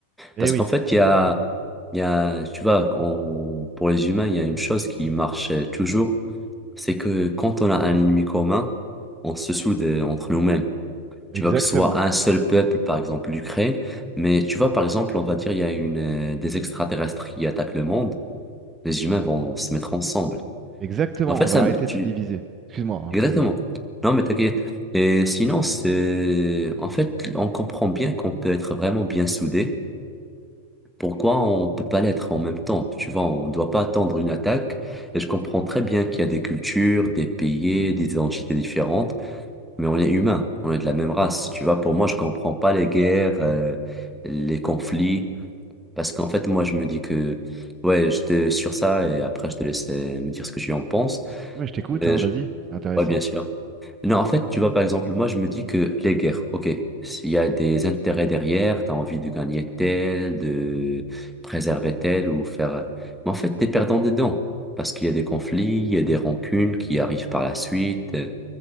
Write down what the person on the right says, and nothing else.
eh
oui,
exactement.
Exactement,
on va
arrêter
de se diviser. Excuse-moi, hein,
vas-y.
Mais je t'écoute,
hein,
vas-y, c'est intéressant.